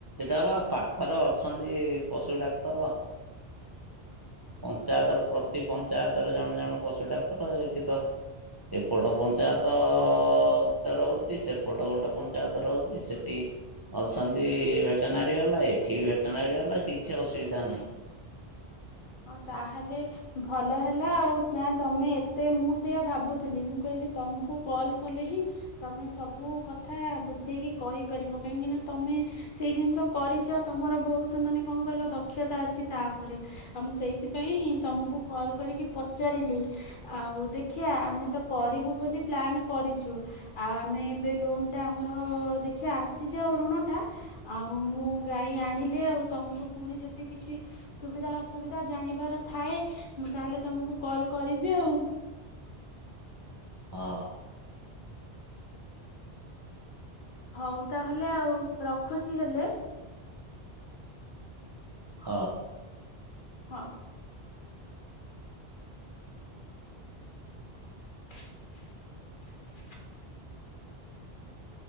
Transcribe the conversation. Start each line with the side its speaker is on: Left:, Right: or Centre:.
Right: ଏଟା ପା ପାଖରେ ଅଛନ୍ତି ପଶୁ ଡାକ୍ତର। ପଞ୍ଚାୟତର ପ୍ରତି ପଞ୍ଚାୟତରେ ଜଣେ ଜଣେ ପଶୁ ଡାକ୍ତର ଏଠି ତ ଏପଟ ପଞ୍ଚାୟତ ଓଟେ ରହୁଚି ସେପଟ ଗୋଟେ ପଞ୍ଚାୟତ ରହୁଚି ସେଟି ଅଛନ୍ତି ଭେଟେନାରୀ ବେଲା ଏଠି ବି ଭେଟେନାରୀ ବେଲା କିଛି ଅସୁବିଧା ନାହିଁ।
Left: ଅଁ ତାହେଲେ ଭଲ ହେଲା ଆଉ ନାଁ ତମେ ଏତେ ମୁଁ ସେଇଆ ଭାବୁ ଥିଲି ମୁଁ କହିଲି ତମୁକୁ କଲ କଲେ ହିଁ ତମେ ସବୁ କଥା ବୁଝେଇକି କହି ପାରିବ କାହିଁକି ନା ତମେ ସେଇ ଜିନିଷ କରିଚ ତମର ବୋହୁତୁ ମାନେ କଁ କହିଲ ଦକ୍ଷତା ଅଛି ତା ଓପରେ। ଆ ମୁଁ ସେଇଥିପାଇଁ ତମୁକୁ କଲ୍ କରିକି ପଚାରିଲି। ଆଉ ଦେଖିଆ ଆମେ ତ କରିବୁ ବୋଲି ପ୍ଲାନ୍ କରିଚୁ। ଆଉ ଆମେ ଏବେ ଲୋନ ଟା ଆମର ଦେଖିଆ ଆସିଯାଉ ଋଣଟା ଆଉ ମୁଁ ଗାଈ ଆଣିଲେ ଆଉ ତମୁକୁ ପୁଣି ଯଦି କିଛି ସୁବିଧା ହସ୍ ସୁବିଧା ଜାଣିବାର ଥାଏ ମୁଁ ତାହେଲେ ତମୁକୁ କଲ କରିବି ଆଉ।
Right: ହ।
Left: ହଉ ତାହେଲେ ଆଉ ରଖୁଛି ହେଲେ।
Right: ହ।
Left: ହଉ। <unintelligible>